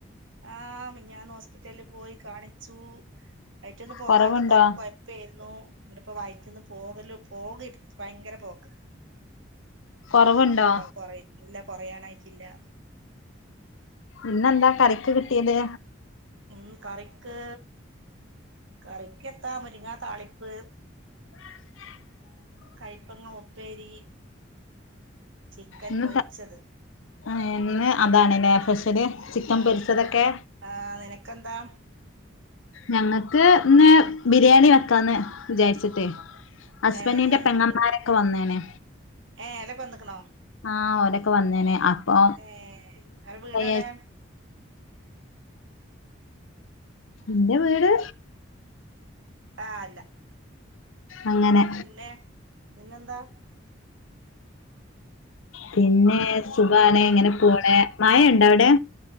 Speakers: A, on the right; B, on the left.
A: ആ, ഞാൻ ഹോസ്പിറ്റലിൽ പോയി കാണിച്ചു, അയിറ്റൊന്നും പോകാത്ത
B: കൊറവുണ്ടോ
A: കൊറ പ്പേരുന്നു എന്നിട്ടിപ്പ വയറ്റിന്ന് പോകല് പോക ഭയങ്കര പോക്ക
B: കൊറവുണ്ടോ?
A: കൊറയ ഇല്ല കൊറയാനായിട്ടില്ല.
B: ഇന്നെന്താ കറിക്ക് കിട്ടിയത്?
A: ഇന്ന് കറിക്ക് കറിക്കെത്താ മുരിങ്ങ താളിപ്പ്
B: <inaudible>
A: കയ്പ്പങ്ങ ഉപ്പേരി ചിക്കൻ
B: ഇന്ന്
A: പൊരിച്ചത്.
B: ത ആ ഇന്ന് അതാണല്ലേ സ്പെഷ്യല്. ചിക്കൻ
A: ആ
B: പൊരിച്ചതൊക്കെ
A: ആ അത് ആ നിനക്കെന്താ?
B: ഞങ്ങക്ക് ഇന്ന് ബിരിയാണി വെക്കാന്ന് വിചാരിച്ചിട്ടേ ഹസ്ബന്റിന്റെ
A: ഏഹ് ഏഹ്
B: പെങ്ങമ്മാരൊക്കെ
A: ബിരി
B: വന്ന്ണ്.
A: ഏഹ് ഓലൊക്കെവന്ന്ക്ണൊ?
B: ആഹ് ഓലൊക്കെ വന്ന്ണ് അപ്പൊ
A: ഏഹ് അന്റെ വീടെവിടെ
B: ഉ ന്റെവീട്
A: ആഹ് അല്ല
B: അങ്ങനെ
A: പിന്നെ പിന്നെന്താ?
B: പിന്നെ സുഖാണ് ങ്ങനെ പോണ് മഴണ്ടോ അവിടെ?